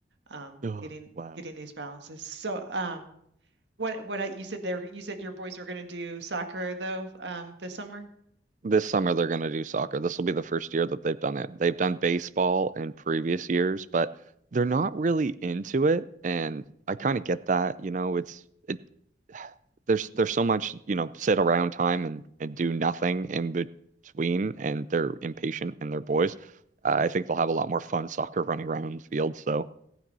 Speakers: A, on the right; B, on the right.
A: um,
B: Oh,
A: getting
B: wow.
A: getting these balances. So, um, what what I, you said there, you said your boys were going to do soccer though, um, this summer.
B: This summer they're gonna do soccer. This will be the first year that they've done it. They've done baseball in previous years, but they're not really into it. And I kind of get that, you know, it's it there's there's so much, you know, sit around time and and do nothing in between, and they're impatient and they're boys. Uh, I think they'll have a lot more fun soccer running around on the field. So